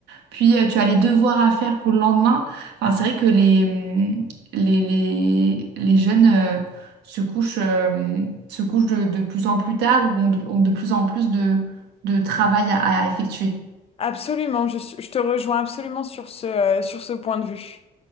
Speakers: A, on the right; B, on the left.
A: Puis euh, tu as les devoirs à faire pour le lendemain. Enfin, c'est vrai que les, hum, les, les, les jeunes euh, se couchent, euh, se couchent de, de plus en plus tard ou ont de, ont de plus en plus de, de travail à à effectuer.
B: Absolument, je, suis- je te rejoins absolument sur ce, euh, sur ce point de vue.